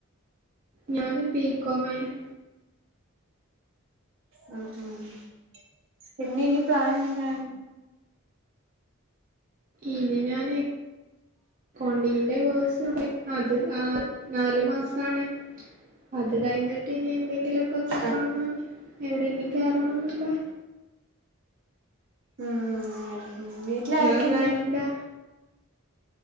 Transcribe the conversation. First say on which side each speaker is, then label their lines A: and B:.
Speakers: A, on the right; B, on the right.
A: ഞാന് ബികോംയിന്
B: ആ ആ പിന്നെ ഇനി പ്ലൻ എന്താ
A: ഇനി ഞാൻ കോണ്ടിങ് എന്റെ കോഴ്സ് അത് ആ നാല്ു മാസാണ് അത് കഴിഞ്ഞിട്ട് ഇനി എന്തെങ്കിലും എന്തങ്കില ഒക്കെ നോക്കണം
B: ആ
A: എന്ന എവിടെയങ്കിലും കേയറണം എന്നണ്ട
B: ഉം അങ്ങനെ വീട്ടില
A: നിങ്ങളെ
B: ആാരൊക്കെയുണ്ട്
A: പ്ലാൻ എന്താ